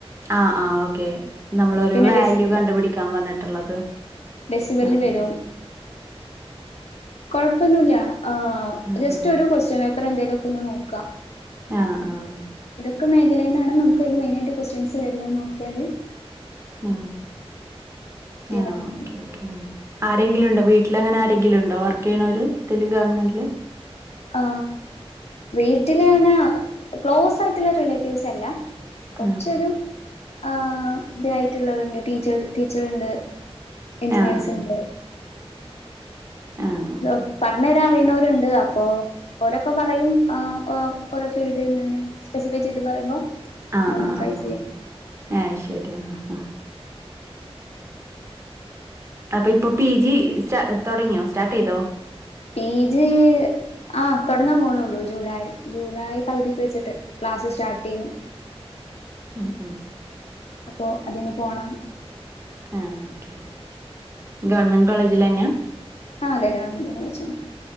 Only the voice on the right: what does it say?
ആ ആ് ഓക്കെ നമ്മളൊരു
വാല്യൂ
കണ്ടുപിടിക്കാൻ പറഞ്ഞിട്ടുള്ളത്
ആ
ആ ആ
ആഹ് ആഹ
ആ
ആ
ഓ <unintelligible> ആരെങ്കിലും ഉണ്ടോ വീ വീട്ടിൽ അങ്ങനെ ആരെങ്കിലും ഉണ്ടോ വർക്ക് ചെയ്യണവര് <unintelligible> ഒരുെ ഗവമെന്ില്
ആ
ആ ആ ആ
ഓക്കെ
ആ
ആ
ആ
ആ <unintelligible> അപ്പൊ ഇപ്പൊ പി ജി തുടങ്ങിയോ സ്റ്റാർട്ട് ചെയ്തോ
ഉം ഉം
ആ ഒക്കെ ഗവൺമെന്റ് കോളേജിൽ തന്നെയ